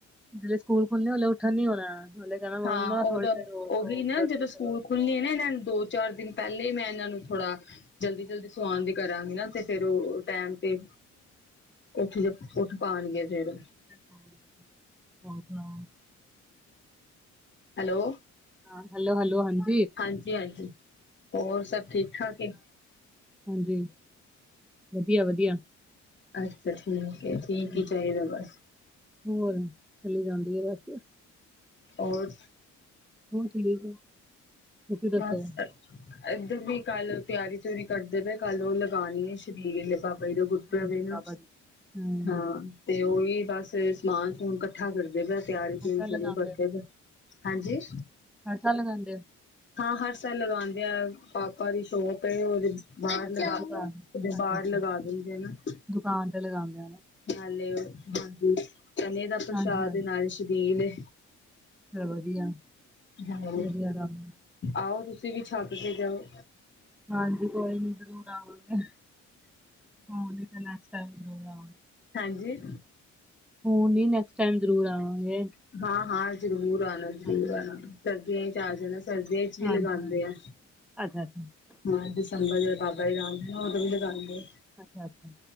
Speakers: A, in the centre; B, on the left (about 35°).
A: ਜ਼ਿਲ੍ਹੇ ਸਕੂਲ ਖੁੱਲ੍ਹਣੇ, ਉੱਠਣ ਨੀ ਹੋਣਾ ਉਹਲੇ ਕਹਿਣਾ ਮੰਮਾ
B: ਹਾਂ, ਉਦੋਂ
A: ਥੋੜੀ ਦੇਰ ਹੋਰ ਸੋ
B: ਉਹੀ ਨਾ
A: ਥੋੜੀ
B: ਜਦੋਂ
A: ਦੇਰ
B: ਸਕੂਲ
A: ਹੋਰ ਸੋ
B: ਖੁੱਲਣੇ,
A: ਹੋਰ
B: ਏਨਾ ਇਹਨਾਂ ਨੇ ਦੋ ਚਾਰ ਦਿਨ ਪਹਿਲੇ ਹੀ ਮੈਂ ਇਹਨਾਂ ਨੂੰ ਥੋੜਾ, ਜਲਦੀ ਜਲਦੀ ਸਵਾੜ ਦੀ ਕਰਾਂਗੇ ਨਾ, ਤੇ ਫੇਰ ਉਹ ਟੈਮ ਤੇ ਉੱਠ ਉੱਠ ਪਾਉਣਗੇ ਫੇਰ।
A: ਹੋਰ ਸੁਣਾਓ
B: ਹੈਲੋ
A: ਹਾਂ, ਹੈਲੋ ਹੈਲੋ ਹਾਂਜੀ
B: ਹਾਂਜੀ ਹਾਂਜੀ, ਹੋਰ ਸਭ ਠੀਕ ਠਾਕ ਏ
A: ਹਾਂਜੀ ਵਧੀਆ ਵਧੀਆ
B: ਅੱਛਾ ਠੀਕ ਹੈ, ਠੀਕ
A: ਹਾਂਜੀ
B: ਹੀ ਚਾਹੀਦਾ ਬਸ।
A: ਹੋਰ ਚਲੀ ਜਾਂਦੀ ਹੈ ਬਸ
B: ਔਰ।
A: ਹੁਣ ਠੀਕ ਹੈ ਤੁਸੀਂ
B: <unintelligible>
A: ਦੱਸੋ
B: ਇੱਧਰ ਵੀ ਕੱਲ ਤਿਆਰੀ ਤਿਉਰੀ ਕਰਦੇ ਪਏ ਕੱਲ ਉਹ ਲਗਾਣੀ ਹੈ ਸ਼ਬੀਲ। ਬਾਬਾ ਜੀ ਦਾ ਗੁਰਪੁਰਬ
A: ਅੱਛਾ ਅੱਛਾ,
B: ਹੈ ਨਾ
A: ਬਾਬਾ ਜੀ ਹੂੰ
B: ਹਾਂ। ਤੇ ਉਹੀ ਬਸ ਸਮਾਨ ਸਮੂਨ ਇਕੱਠਾ ਕਰਦੇ ਪਏ ਤਿਆਰੀ ਤਿਉਰੀ
A: ਹਰ ਸਾਲ
B: ਸ਼ੁਰੂ
A: ਲਗਾਉਂਦੇ
B: ਕਰਦੇ
A: ਹੋ
B: ਪਏ। ਹਾਂਜੀ।
A: ਹਰ ਸਾਲ ਲਗਾਉਂਦੇ ਹੋ।
B: ਹਾਂ ਹਰ ਸਾਲ ਲਗਾਂਦੇ ਆ ਪਾਪਾ ਦੀ ਸ਼ੋਪ ਹੈ ਉਹਦੇ ਬਾਹਰ
A: ਅੱਛਾ
B: ਲਗਾ
A: ਦੁਕਾਨ
B: ਬਾਹਰ
A: ਅੱਛਾ ਅੱਛਾ
B: ਲਗਾ ਦਿੰਦੇ ਹਨ ਨਾ।
A: ਦੁਕਾਨ ਤੇ ਲਗਾਉਂਦੇ ਹੋ ਨਾ
B: ਨਾਲੇ ਔ ਹਾਂਜੀ ਚਨੇ ਦਾ ਪ੍ਰਸ਼ਾਦ
A: ਹਾਂਜੀ ਹਾਂਜੀ
B: ਏ, ਨਾਲੇ ਸ਼ਬੀਲ ਏ।
A: ਚਲੋ ਵਧੀਆ।
B: ਹੈਲੋ,
A: ਵਧੀਆ ਕੰਮ
B: ਆਓ ਤੁਸੀਂ ਵੀ ਛੱਤ ਤੇ ਜਾਓ।
A: ਹਾਂਜੀ ਕੋਈ ਨੀ ਜਰੂਰ ਆਵਾਂਗੇ ਰੂਣ ਨਹੀਂ ਤਾਂ ਟੈਕਸਟ ਟਾਇਮ ਜ਼ਰੂਰ ਆਵਾਂਗੇ।
B: ਹਾਂਜੀ।
A: ਹੁਣ ਨੀ ਨੈਕਸਟ ਟਾਈਮ ਜਰੂਰ ਆਵਾਂਗੇ।
B: ਹਾਂ ਹਾਂ ਜ਼ਰੂਰ ਆਉਣਾ
A: ਹਾਂਜੀ
B: ਜ਼ਰੂਰ ਆਣਾ
A: ਹਾਂਜੀ।
B: ਸਰਦੀਆਂ ਚਾਰ ਜਾਣਾ ਸਰਦੀਆਂ ਚ ਵੀ
A: ਹਾਂਜੀ,
B: ਲਗਾਂਦੇ
A: ਹਾਂਜੀ,
B: ਆ।
A: ਅੱਛਾ, ਅੱਛਾ।
B: ਹਾਂ ਦਸੰਬਰ ਜਦ ਬਾਬਾ ਜੀ <unintelligible> ਦੇ ਨਾ ਉਦੋਂ ਵੀ ਲਗਾਉਂਦੇ।
A: ਅੱਛਾ ਅੱਛਾ